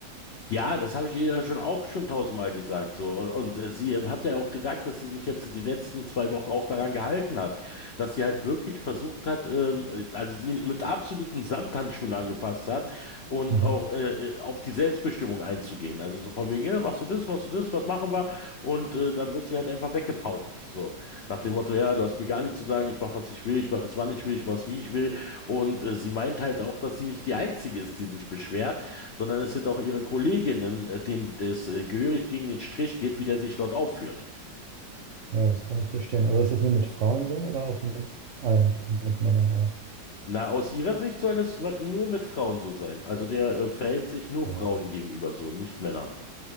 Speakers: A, on the left; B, on the right.
A: Ja, das habe ich ihr ja schon auch schon tausendmal gesagt. So. Und, und äh, sie hat ja auch gesagt, dass sie sich jetzt die letzten zwei Wochen auch daran gehalten hat, dass sie halt wirklich versucht hat, ähm, äh, also sie mit absoluten Samthandschuhen angefasst hat und
B: Mhm.
A: auch äh, äh, auf die Selbstbestimmung einzugehen. Also so von wegen, ja, machst du das, machst du das, was machen wir? Und äh, dann wird sie halt einfach weggefaucht. So. Nach dem Motto, ja, du hast mir gar nichts zu sagen, ich mache, was ich will, ich mache es, wann ich will, ich mache es, wie ich will. Und äh, sie meint halt auch, dass sie nicht die Einzige ist, die sich beschwert sondern es sind auch ihre Kolleginnen, äh, denen das äh, gehörig gegen den Strich geht, wie der sich dort aufführt.
B: Ja, das kann ich verstehen. Aber ist das nur mit Frauen so oder auch mit allen, mit Männern auch?
A: Na, aus ihrer Sicht soll das wa- nur mit Frauen so sein. Also der äh, verhält sich nur
B: Ja.
A: Frauen gegenüber so, nicht Männern.